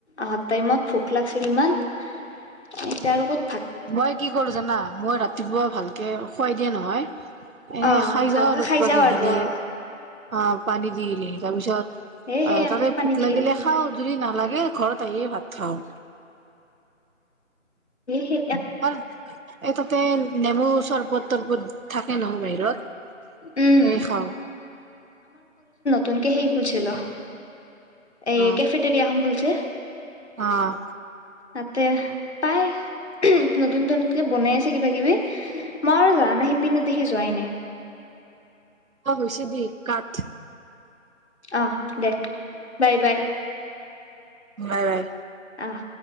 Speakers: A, on the left; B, on the right.
A: অহা টাইমত ভোকলাগছিল ইমান তাৰ লগত
B: মই কি কৰো জানা? মই ৰাতিপুৱা ভালকে খুৱাই দিয়া নহয় এনে
A: অ
B: খাই
A: ভালকে
B: যাওঁ আৰু
A: খাই
B: কিবা
A: যাও
B: কিবি
A: আৰু
B: গিলি
A: অ
B: আহ পানী দি গিলি তাৰপিছত
A: এ সেই
B: আহ
A: একে
B: তাতে
A: পানীত
B: ভোক লাগিলে
A: গেলি
B: খাওঁ যদি নালাগে ঘৰত আহিয়ে ভাত খাওঁ।
A: হে
B: আৰু এ ততে নেমু চৰবত তৰবত থাকে নহয় বাহিৰত
A: উম
B: সে খাওঁ।
A: তুন কে সেই খুলছিলো। এই
B: অ',
A: কেফেট এৰিয়া এখন খুলছে।
B: অ',
A: তাতে পাই নতুন নতুনকে বনাই আছে কিবা কিবি। মই আৰু যোৱা নাই সিপিনে। দেখি যোৱাই নাই।
B: অ হৈছে দি কাত
A: অঁ দে বাই বাই।
B: Bye bye.
A: অহ।